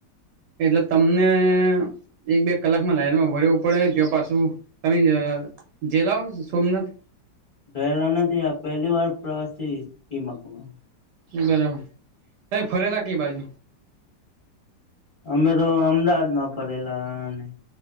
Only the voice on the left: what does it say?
ઘાયલનાથી આપ પહેલી વાર પ્રવાસેથી માકમાં.
અમે તો અમદાવાદમાં ફરેલા ને.